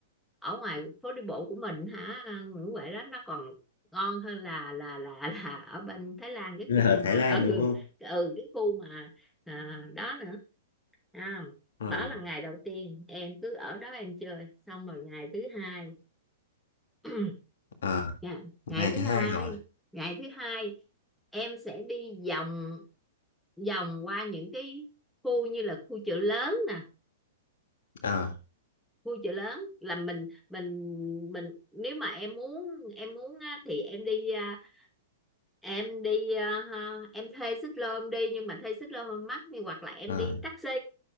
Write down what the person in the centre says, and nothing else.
ở ngoài phố đi bộ của mình hả Nguyễn Huệ đó nó còn ngon hơn là là là là ở bên Thái Lan cái
khu
mà
<laughs>
ừ
ừ cái khu mà à, đó nữa à,
đó là ngày đầu tiên em cứ ở đó em chơi xong rồi ngày thứ hai <clears throat>
Dạ. Ngày
thứ
hai,
ngày thứ hai em sẽ đi vòng vòng qua những cái khu như là khu chợ lớn nè,
khu chợ lớn là mình mình mình nếu mà em muốn em muốn á, thì em đi à, em đi à, ha, em thuê xích lô em đi nhưng mà thuê xích lô hơi mắc thì hoặc là em
đi taxi